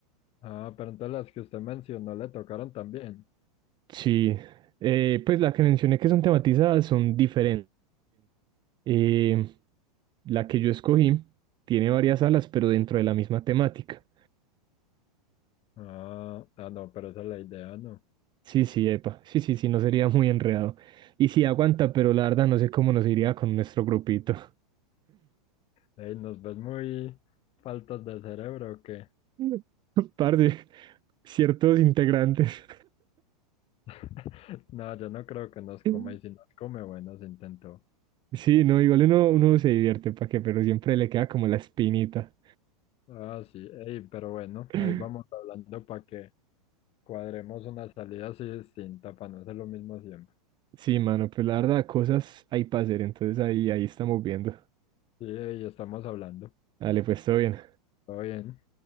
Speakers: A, on the left; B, on the right.
A: Ah, pero entonces las que usted mencionó le tocaron también.
B: Sí, eh, pues las que mencioné que son tematizadas son diferentes. Eh, la que yo escogí tiene varias salas, pero dentro de la misma temática.
A: Ah, ah, no, pero esa es la idea, ¿no?
B: Sí, sí, epa, sí, sí, sí, no sería muy enredado. Y sí, aguanta, pero la verdad no sé cómo nos iría con nuestro grupito.
A: Ey, nos ves muy faltas de cerebro, ¿o qué?
B: <laughs> Par de ciertos integrantes.
A: <laughs> No, yo no creo que nos
B: <laughs>
A: coma y si nos come, bueno, se intentó.
B: Sí, no, igual uno, uno se divierte, ¿para qué? Pero siempre le queda como la espinita.
A: Ah, sí, ey, pero bueno,
B: <laughs>
A: ahí vamos hablando para que cuadremos una salida así distinta, para no hacer lo mismo siempre.
B: Sí, mano, pues la verdad, cosas hay para hacer, entonces ahí, ahí estamos viendo.
A: Sí, ey, estamos hablando.
B: Dale, pues todo bien.
A: Todo bien.